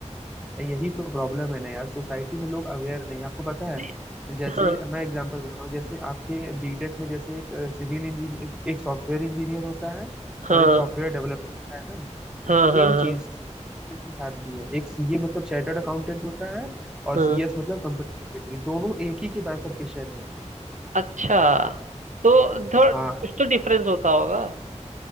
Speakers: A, in the centre; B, on the right.
A: यही तो प्रॉब्लम है ना यार सोसाइटी में लोग अवेयर नहीं आपको पता है
B: नहीं,
A: जैसे
B: हाँ
A: मैं एग्जांपल देता हूँ जैसे आपके बीटेक में जैसे एक सिविल इंजीनियर एक सॉफ्टवेयर इंजीनियर होता है
B: हाँ
A: और एक सॉफ्टवेयर डेवलपर होता है
B: हाँ
A: सेम
B: हाँ
A: चीज
B: हाँ
A: इसके साथ भी है एक सीए मतलब चार्टर्ड अकाउंटेंट होता है और
B: हाँ
A: सीएस मतलब कंपनी सेक्रेटरी दोनों एक ही के बाइफरकेशन है
B: अच्छा तो थोड़ा कुछ
A: हाँ
B: तो डिफरेंस होता होगा